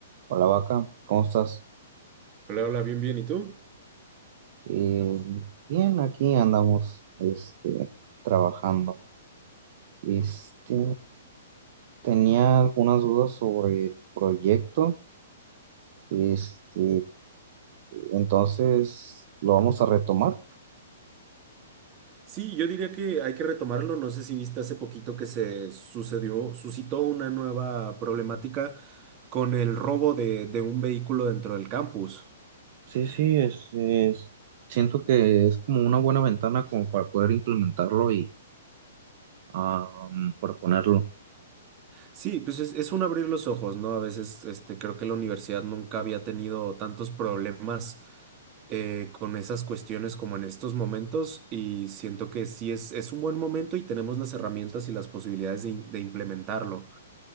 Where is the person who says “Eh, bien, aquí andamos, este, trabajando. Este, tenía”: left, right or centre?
Right